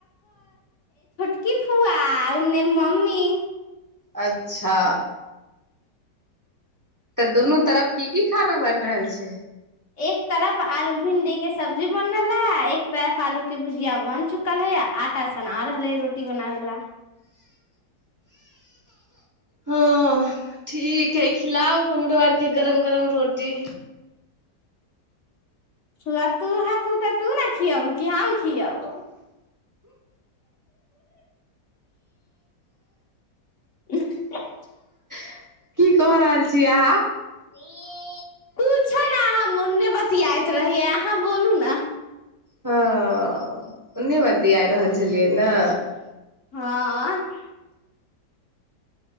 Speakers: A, on the left; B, on the right.
A: कि फुआ आउ ने मम्मी
B: अच्छा तऽ दुनू तरफ की की खाना बनि रहल छै
A: एक तरफ आलू भिंडी के सब्जी बन रहला है एक तरफ आलू के भुजिया बन चुकल है आ आटा सना रहल है रोटी बनावे ला
B: हँ ठीक है खिलाउ हमरो आरके गरम गरम रोटी
A: सु तू है तू तऽ तू ने खिया क किया ओ <unintelligible>
B: की क रहल छी अहाँ ह
A: पूछ न हम उने बतियाए रहियै अहाँ बोलू ने
B: हँ ओन्ने बरट आइ रहल छलियै ने
A: हँ